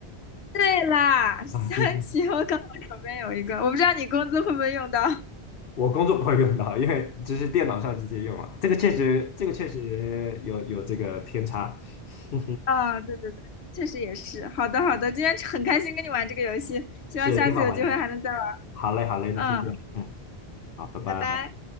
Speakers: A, on the left; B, on the left.
A: 对啦，象棋，
B: 啊，计算器，
A: 我刚好手边有一个，我不知道你工资会不会用到。
B: 我工作不会用到，因为只是电脑上直接用嘛，这个确实，这个确实有有这个偏差，<laughs>
A: 啊、对对对，确实也是。好的好的，今天很开心跟你玩这个游戏，希望下次有机会还能再玩。
B: 是挺好玩的。好嘞，好嘞，那先这样，
A: 嗯，
B: 嗯，好，拜拜。
A: 拜拜。